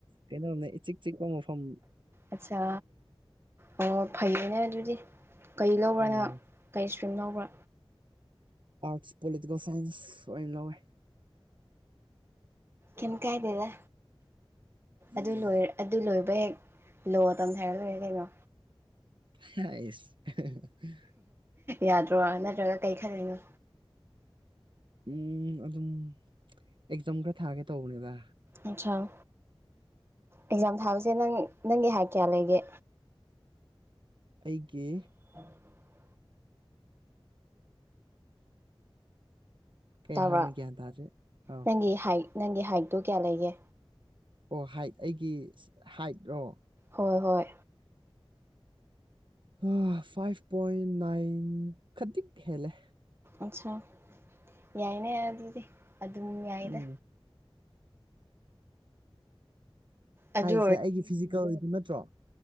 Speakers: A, on the right; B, on the right.
A: ꯀꯩꯅꯣꯅꯦ ꯏꯆꯤꯛ ꯆꯤꯛꯄ ꯃꯐꯝ
B: ꯑꯠꯆꯥ ꯑꯣ ꯐꯩꯌꯦꯅꯦ ꯑꯗꯨꯗꯤ ꯀꯩ ꯂꯧꯕ꯭ꯔ
A: ꯎꯝ
B: ꯅꯪ ꯀꯩ ꯏꯁ꯭ꯇ꯭ꯔꯤꯝ ꯂꯧꯕ꯭ꯔꯥ
A: ꯑꯥꯔꯠꯁ ꯄꯣꯂꯤꯇꯤꯀꯦꯜ ꯁꯥꯏꯟꯁ ꯑꯣꯢ ꯂꯧꯋꯦ
B: ꯀꯩꯝ ꯀꯥꯏꯗꯦꯗ ꯑꯗꯨ
A: ꯎꯝ
B: ꯂꯣꯏꯔ ꯑꯗꯨ ꯂꯣꯏꯕ ꯍꯦꯛ ꯂꯣ ꯇꯝꯊꯔ ꯂꯣꯏꯔꯦ ꯀꯩꯅꯣ
A: ꯍꯥꯏꯁ <unintelligible>
B: ꯌꯥꯗ꯭ꯔꯣ ꯅꯠꯇ꯭ꯔꯒ ꯀꯩ ꯈꯜꯂꯤꯅꯣ
A: ꯎꯝ ꯑꯗꯨꯝ ꯑꯦꯛꯖꯥꯝ ꯈꯔ ꯊꯥꯒꯦ ꯇꯧꯕꯅꯤꯗ
B: ꯑꯦꯛꯖꯥꯝ ꯑꯦꯛꯖꯥꯝ ꯊꯥꯕꯁꯦ ꯅꯪ ꯅꯪꯒꯤ ꯍꯥꯏ ꯀꯌꯥ ꯂꯩꯒꯦ
A: ꯑꯩꯒꯤ
B: <inaudible>
A: ꯀꯩ
B: ꯇꯥꯕ꯭ꯔꯥ
A: ꯍꯥꯏꯕꯅꯣ ꯒ꯭ꯌꯥꯟ ꯇꯥꯗ꯭ꯔꯦ ꯑꯧ
B: ꯅꯪꯒꯤ ꯍꯥꯢꯠ ꯅꯪꯒꯤ ꯍꯥꯏꯠꯇꯣ ꯀꯌꯥ ꯂꯩꯒꯦ
A: ꯑꯣ ꯍꯥꯏꯠ ꯑꯩꯒꯤ ꯍꯥꯏꯠ ꯔꯣ
B: ꯍꯣꯏ ꯍꯣꯏ
A: ꯍꯥ ꯐꯥꯏꯚ ꯄꯣꯏꯟ ꯅꯥꯏꯟ ꯈꯗꯤꯛ ꯍꯦꯜꯂꯦ
B: ꯑꯠꯁꯥ ꯌꯥꯏꯅꯦ ꯑꯗꯨꯗꯤ ꯑꯗꯨꯝ ꯌꯥꯏꯗ
A: ꯎꯝ
B: ꯑꯗꯨ
A: ꯍꯥꯏꯁꯦ ꯑꯩꯒꯤ ꯐꯤꯖꯤꯀꯦꯜꯒꯤꯗꯨ ꯅꯠꯇ꯭ꯔꯣ